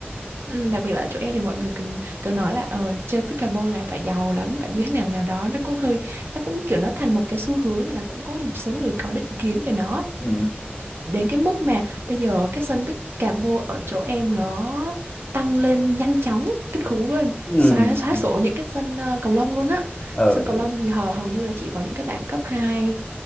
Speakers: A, on the right; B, on the left.
A: ừ, đặc biệt là chỗ em thì mọi người cứ, cứ nói là ờ, chơi pickleball là phải giàu lắm phải như thế nào nào đó nó cũng hơi nó cũng kiểu nó thành một cái xu hướng nên là cũng có một số người có định kiến về nó
B: Ừ.
A: đến cái mức mà bây giờ cái sân Bicabo ở chỗ em nó tăng lên nhanh chóng kinh khủng luôn
B: Ừ.
A: xóa xóa sổ những cái sân ờ, cầu lông luôn á
B: Ờ,
A: sân cầu lông gì hầu hầu như là chỉ có những cái bạn cấp 2